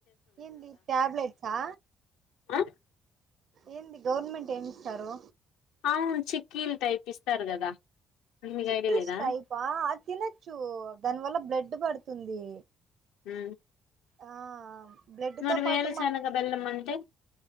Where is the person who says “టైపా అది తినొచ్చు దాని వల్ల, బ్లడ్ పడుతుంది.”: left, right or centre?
Right